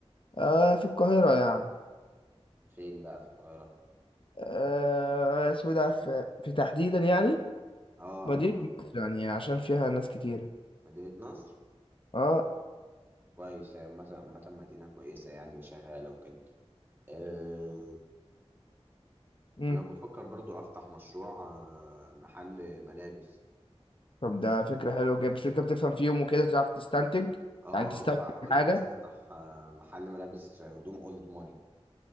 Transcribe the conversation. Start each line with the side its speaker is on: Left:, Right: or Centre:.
Left: آه في القاهرة يعني
Right: فين بقى في القاهرة
Left: آه اسمه ده في, في تحديدا يعني
Right: اه
Left: مدينة نصر يعني عشان فيها ناس كتير
Right: مدينة نصر
Left: اه
Right: كويسة مثلا مثلا مدينة كويسة يعني وشغالة وكده أه
Left: مم.
Right: أنا بفكر برضو أفتح مشروع آه، محل ملابس
Left: طب ده فكرة حلوة جدا بس انت بتفهم فيهم وكده تعرف تستنتج
Right: اه
Left: يعني تستنتج
Right: آه، بحاول
Left: حاجة
Right: عايز أفتح آه، محل ملابس هدوم أولد ماني